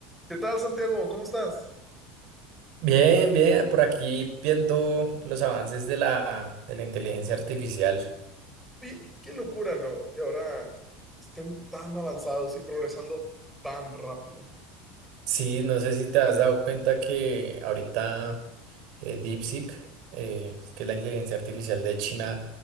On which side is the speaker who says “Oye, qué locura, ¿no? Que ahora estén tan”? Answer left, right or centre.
Centre